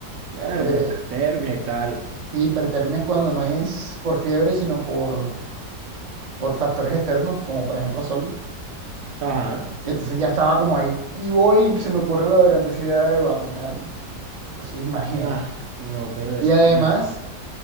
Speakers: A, on the right (about 70°); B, on the right (about 80°).
A: eh,
B: Eh,
A: la hipertermia y tales.
B: sí, hipertermia es cuando no es
A: <laughs>
B: por fiebre, sino por, por factores externos, como por ejemplo sol.
A: Ajá.
B: Y entonces ya estaba como ahí. Y voy, y se me ocurre la grandiosidad de vacunarme. Entonces imagínate.
A: Ah, no, pero
B: Y
A: es,
B: además,
A: bueno,